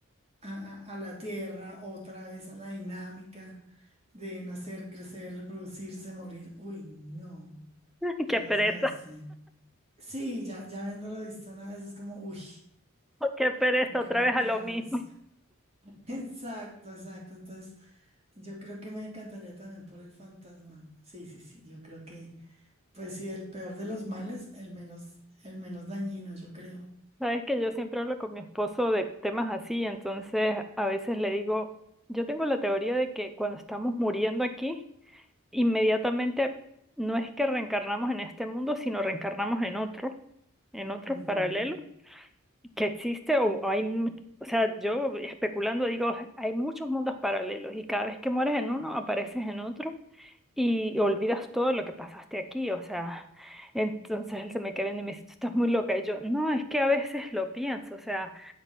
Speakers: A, on the right; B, in the centre.
A: a, a- a la tierra, otra vez a la dinámica de nacer, crecer, reproducirse, morir. Uy, no,
B: <laughs>
A: qué
B: Qué pereza,
A: desgaste. Sí, ya, ya viéndolo visto una vez es como, uy,
B: qué pereza,
A: como que
B: otra
A: me
B: vez
A: cansa.
B: a lo mismo. <laughs>
A: <laughs> Exacto, exacto. Entonces, yo creo que me decantaría también por el fantasma. Sí, sí, sí, yo creo que pues sí, el peor de los males, el menos, el menos dañino, yo creo.
B: Sabes que yo siempre hablo con mi esposo de temas así, entonces a veces le digo, yo tengo la teoría de que cuando estamos muriendo aquí, inmediatamente no es que reencarnamos en este mundo, sino reencarnamos en otro, en otro
A: Ujú.
B: paralelo que existe o hay, mu- o sea, yo especulando digo, hay muchos mundos paralelos y cada vez que mueres en uno apareces en otro y olvidas todo lo que pasaste aquí, o sea, entonces él se me queda viendo y me dice, tú estás muy loca y yo, no, es que a veces lo pienso, o sea,